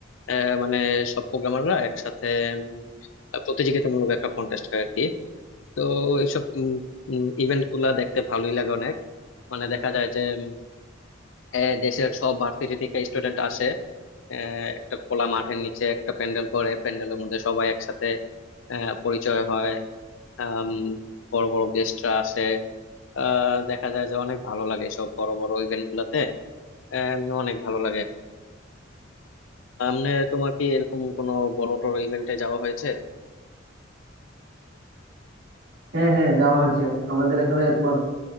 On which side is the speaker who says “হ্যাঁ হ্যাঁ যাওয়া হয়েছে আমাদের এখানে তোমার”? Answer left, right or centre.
Right